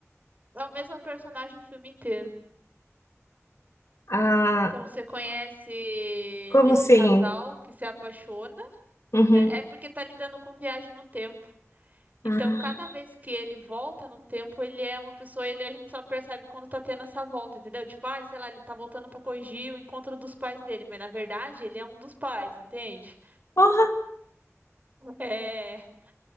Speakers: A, on the right; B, on the left.
A: É o mesmo personagem o filme inteiro.
B: Ah,
A: Então você conhece esse
B: como assim?
A: casal que se apaixona,
B: Uhum.
A: né? É porque tá lidando com viagem no tempo. Então,
B: Ah,
A: cada vez que ele volta no tempo, ele é uma pessoa, ele a gente só percebe quando tá tendo essa volta, entendeu? Tipo, ai, sei lá, ele tá voltando pra corrigir o encontro dos pais dele, mas na verdade ele é um dos pais, entende?
B: porra.
A: É,